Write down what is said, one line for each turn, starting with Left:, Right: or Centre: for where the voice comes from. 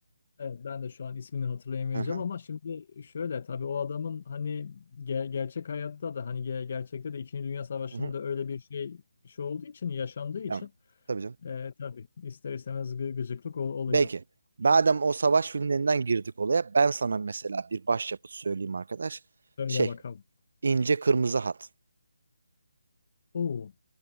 Left: evet. Ben de şu an ismini hatırlayamayacağım
Right: Hı hı.
Left: ama şimdi şöyle tabii o adamın hani ge- gerçek hayatta da hani ge- gerçekte de İkinci Dünya Savaşı'nda
Right: Hı hı.
Left: öyle bir şey şey olduğu için yaşandığı için
Right: Tamam. Tabii canım.
Left: e, tabii ister istemez gı- gıcıklık ol- oluyor.
Right: Belki. Madem o savaş filmlerinden girdik olaya, ben sana mesela bir başyapıt söyleyeyim arkadaş.
Left: Söyle
Right: Şey,
Left: bakalım.
Right: İnce Kırmızı Hat.
Left: Oo,